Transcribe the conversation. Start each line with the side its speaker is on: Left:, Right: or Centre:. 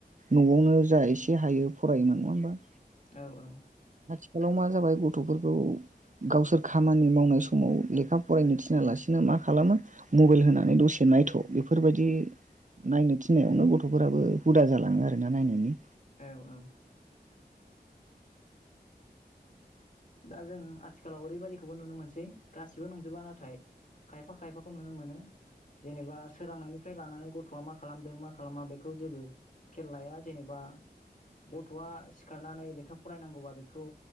Right: नआवनो जा एसे हायो फरायोमोन नङा होमबा?
Left: औ औ
Right: आथिखालाव मा जाबाय गथफोरखौ गावसोर खामानि मावनाय समाव लेखा फरायनो थिनालासिनो मा खालामो मबाइल होनानै दसे नायथ' बेफोरबायदि नायनो थिनायावनो गथफोराबो हुदा जालाङो आरोना नायनायनि।
Left: औ औ दा जों आथिखालाव ओरैबायाददिखौबो नुनो मोनसै गासिबो नंजोबा नाथाय, खायफा खायफाखौ नुनो मोनो जेनेबा सोरांनायनिफ्राय लानानै गथ'आ मा खालामदों मा खालामा बेखौ जेबो खेल लाया जेनेबा गथ'आ सिखारनानै लेखा फरायनांगौबा बेखौ